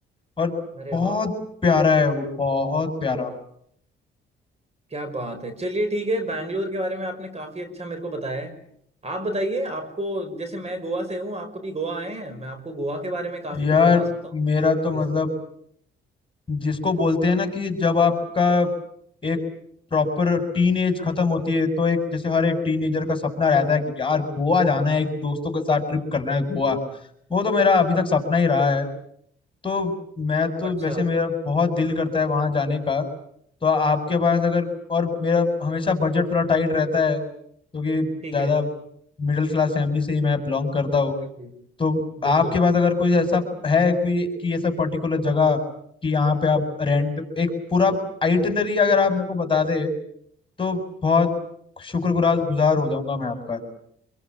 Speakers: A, on the left; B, on the right.
A: और
B: अरे
A: बहुत
B: वाह
A: प्यारा है वो बहुत प्यारा
B: क्या बात है चलिए ठीक है बैंगलोर के बारे में आपने काफी अच्छा मेरे को बताया है आप बताइए आपको जैसे मैं गोवा से हूँ आप कभी गोवा आए हैं मैं आपको गोवा के बारे में काफी
A: यार
B: कुछ बता सकता हूँ
A: मेरा तो
B: जैसे
A: मतलब जिसको बोलते हैं ना कि जब आपका एक प्रॉपर टीन एज खत्म होती है तो एक जैसे हर एक टीनेजर का सपना रहता है कि यार गोवा जाना है एक दोस्तों के साथ ट्रिप करना है गोवा वो तो मेरा अभी तक सपना ही रहा है तो मैं तो
B: अच्छा
A: वैसे मेरा बहुत दिल करता है वहां जाने का तो आपके पास अगर और मेरा हमेशा बजट थोड़ा टाइट रहता है क्योंकि ज़्यादा
B: ठीक है
A: मिडिल क्लास फैमिली से ही मैं बिलोंग करता हूँ
B: जी,
A: तो आपके
B: बिल्कुल
A: पास अगर कोई ऐसा है कोई कि ऐसा पर्टिकुलर जगह कि यहाँ पे आप रेंट एक पूरा आइटनरी अगर आप मेरे को बता दे तो बहुत शुक्रगुजार गुजार हो जाऊंगा मैं आपका